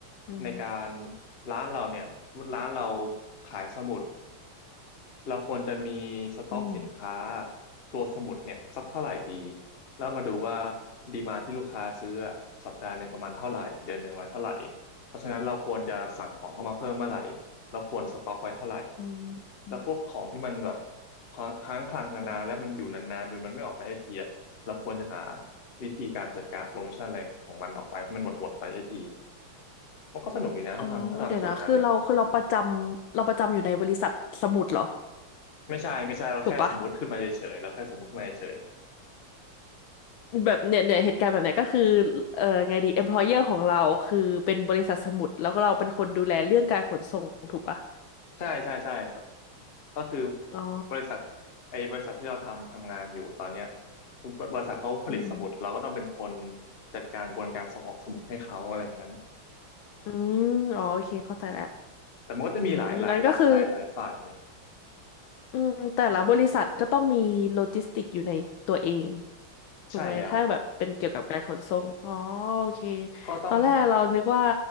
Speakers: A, on the left (about 75°); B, on the left (about 35°).
A: อืม
B: ในการร้านเราเนี่ยสมมติร้านเราขายสมุด เราควรจะมีสต็อกสินค้า
A: อืม
B: ตัวสมุดเนี่ยสักเท่าไหร่ดีแล้วมาดูว่าดีมาที่ลูกค้าซื้ออะสัปดาห์หนึ่งประมาณเท่าไหร่เดือนหนึ่งประมาณเท่าไหร่เพราะฉะนั้นเราควรจะสั่งของเข้ามาเพิ่มเมื่อไหร่เราควรสต็อกไว้เท่าไหร่
A: อื
B: แล้วพวกของที่มันแบบ
A: ม
B: ค้างค้างคลังนานๆและมันอยู่นานๆจนมันไม่ออกไปไอทีอะเราควรจะหาวิธีการจัดการโปรโมชั่นอะไรของมันออกไปให้มันหมดหมดไปไอทีมันก็สนุกดีนะถ้าทำถ้าทำส่วนนั้นนะ
A: อ๋อเดี๋ยวนะคือเราคือเราประจำเราประจำอยู่ในบริษัทสมุดเหรอ
B: ไม่ใช่ไม่ใช่เราแค่สมมุติขึ้นมาเฉยๆเราแค่สมมุติขึ้นมาเฉย
A: ถูกปะแบบเนี่ยเนี่ยเหตุการณ์แบบเนี้ยก็คือเอ่อไงดี employer ของเราคือเป็นบริษัทสมุดแล้วก็เราเป็นคนดูแลเรื่องการขนส่งถูกปะ
B: ใช่ใช่ใช่สก็คือ
A: อ๋อ
B: บริษัทไอ้บริษัทที่เราทำทำงานอยู่ตอนเนี้ยบริษัทเขาผลิตสมุดเราก็ต้องเป็นคน
A: อืม
B: จัดการกระบวนการส่งออกสมุดให้เขาอะไรอย่างนั้น
A: อืมอ๋อโอเคเข้าใจแล้ว
B: แต่มันก็จะมีหลายหลายหลายหลายหลายฝ่ายเลย
A: อืมงั้นก็คือ อืมแต่ละบริษัทก็ต้องมีโลจิสติกอยู่ในตัวเองถูกไหมถ้าแบบเป็นเกี่ยวกับการขนส่งอ๋อโอเค
B: ใช่แล้วก็ต้อง
A: ตอนแรกเรานึกว่า